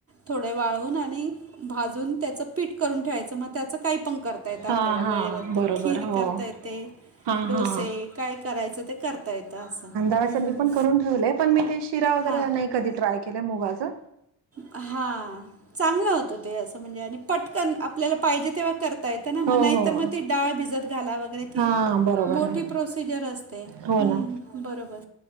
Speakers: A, on the right; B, on the right.
A: थोडे वाळून आणि भाजून त्याचं पीठ करून ठेवायचं. मग त्याचं काही पण करता येतं. ता येत
B: हा
A: आपल्याला
B: हा
A: वेळेवरती.
B: बरोबर
A: खीर
B: हो
A: करता येते.
B: हा
A: डोसे
B: हा
A: काय करायचं ते करता येतं असं.
B: असं
A: हं.
B: मी पण करून ठेवलंय. पण मी ते शिरा वगैर
A: हां
B: नाही कधी ट्राय केल मुगाचा.
A: हा चांगला होतो ते. असं म्हणजे आणि पटकन आपल्याला पाहिजे तेव्हा कर ता येत ना.
B: हो
A: नाही
B: हो
A: तर मग ती डाळ भिजत घाला वगैरे ती
B: हा बरोबर
A: मोठी
B: आहे
A: प्रोसिजर असते.
B: हो
A: हं.
B: ना
A: बरोबर!